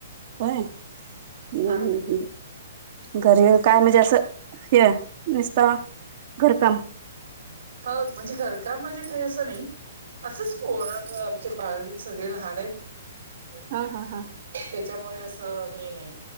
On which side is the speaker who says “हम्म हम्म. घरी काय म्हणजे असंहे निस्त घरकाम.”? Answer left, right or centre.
Right